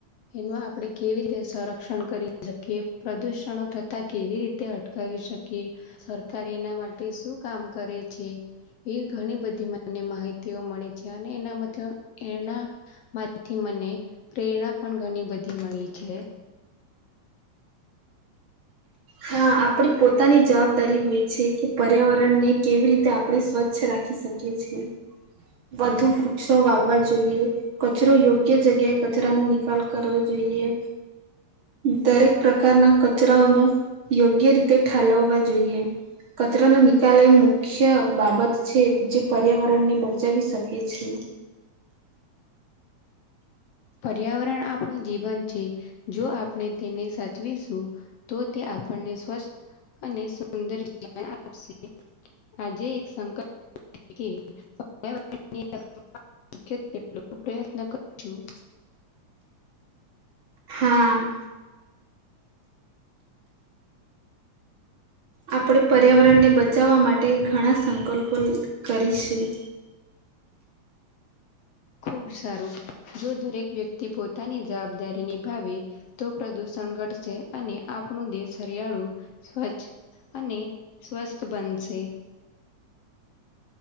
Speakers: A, on the left; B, on the right.
A: એનું આપણે કેવી રીતે સંરક્ષણ કરી શકીએ પ્રદૂષણો થતા કેવી રીતે અટકાવી શકીએ, સરકાર એના માટે શું કામ કરે છે? એવી ઘણી બધી માહિતીઓ મળે છે અને એના માથી મને પ્રેરણા પણ ઘણી બધી મળી છે.
B: હા આપણી પોતાની જવાબદારી હોય છે કે પર્યાવરણને કેવી રીતે આપણે સ્વચ્છ રાખી શકીએ. છીએ. વધુ વૃક્ષો વાવવા જોઈએ. કચરો યોગ્ય જગ્યાએ કચરાનો નિકાલ કરવો જોઈએ. દરેક પ્રકારના કચરાઓનો યોગ્ય રીતે ઠાલવવા જોઈએ. કચરો નો નિકાલ એ મુખ્ય બાબત છે જે પર્યાવરણ ને બચાવી શકે છે.
A: પર્યાવરણ આપણું જીવન છે, જો આપણે તેને સાચવીશું. તો તે આપણને સ્વસ્થ અને સુંદર જીવન આપશે. આજે એક સંકલ્પ <unintelligible> <unintelligible> તેટલો પ્રયત્ન કરુ છું.
B: હા. આપણે પર્યાવરણને બચાવવા માટે ઘણા સંકલ્પો કરીશું.
A: ખૂબ સારું, જો દરેક વ્યક્તિ પોતાની જવાબદારી નિભાવે. તો પ્રદુષણ ઘટશે અને આપણું દેશ હરિયાળુ, સ્વચ્છ. અને સ્વસ્થ બનશે.